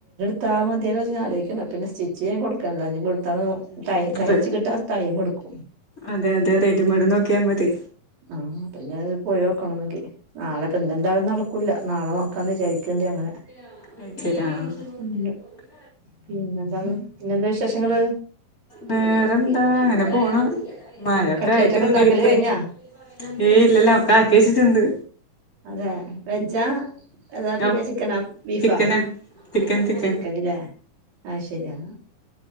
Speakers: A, on the right; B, on the left.
A: അ മതിയല്ലോ അതികം ആലോക്കണ്ട പിന്നെ സ്റ്റിച് ചെയാൻ കൊടുക്കണ്ട? അ.
B: ഉം
A: തയ്ച്ച കിട്ടാൻ ടൈം എടുക്കും.
B: അതെ... അതെ.. റെഡിമേഡ് നോക്കിയാ മതി.
A: ആഹ് അപ്പൊ ഇനി അത് പോയി നോക്കണം ന്നെങ്കി നാളെ ഇപ്പൊ എന്തെന്തായാലും നടക്കൂല്ല നാളെ നോക്കാന്ന് വിചാരിക്ണ്ട് അങ്ങനെ
B: <unintelligible>
A: ഉം പിന്നെന്താണ് പിന്നെന്താ വിശേഷങ്ങള്
B: വേറെന്താ അങ്ങനെ പോണ മഴൊക്കെ
A: കട്ട്ലേറ്റ്
B: ആയിട്ട
A: ഒക്കെ
B: ഇങ്ങനെ
A: ഉണ്ടാക്കല്
B: ഇരിക്കണ്
A: കഴിഞ്ഞാ
B: ഏയ് ഇല്ലല്ല ഒക്കെ ആക്കി വച്ചിട്ടുണ്ട്..
A: അതെ വെജാ അതാ പിന്നെ
B: ഓ
A: ചിക്കനാ ബീഫാ
B: ചിക്കനാ ചിക്കൻ ചിക്കൻ
A: ചിക്കനില്ല ആഹ ശരിയാ!